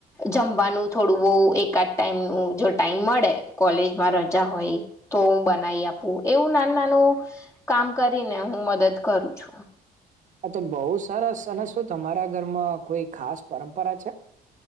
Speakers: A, on the left (about 15°); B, on the right (about 50°).
A: જમવાનુ થોડુ બહુ એકાદ ટાઈમનુ જો ટાઈમ મળે કોલેજમા રજા હોય તો હું બનાઈ આપુ. એવુ નાનુ-નાનુ કામ કરીને હું મદદ કરું છુ.
B: આ તો બહુ સરસ અને શું તમારા ઘરમાં કોઈ ખાસ પરંપરા છે.